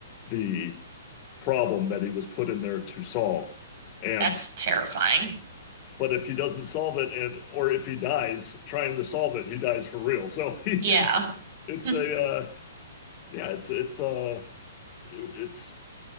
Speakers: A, on the left (about 35°); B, on the right (about 55°).
A: the problem that he was put in there to solve. And
B: That's terrifying.
A: but if he doesn't solve it and or if he dies trying to solve it, he dies for real. So he,
B: Yeah.
A: <laughs> it's
B: Hmm.
A: a uh, yeah, it's it's uh it's